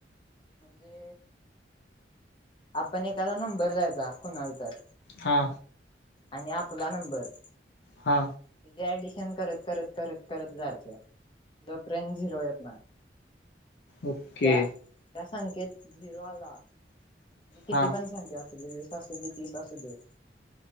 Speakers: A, on the left; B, on the left.
A: म्हणजे आपण एखकादा नंबर द्यायचा कुणाल तर
B: हां
A: आणि आपला नंबर
B: हा
A: त्याज ऍडिशन करत करत करत करत जायचं जो पर्यंत झिरो येत नाय
B: ओके
A: त्या त्या संख्येत झिरो आला म्हे किती
B: हां
A: पण संख्या अस वीस आसू तीस असू दे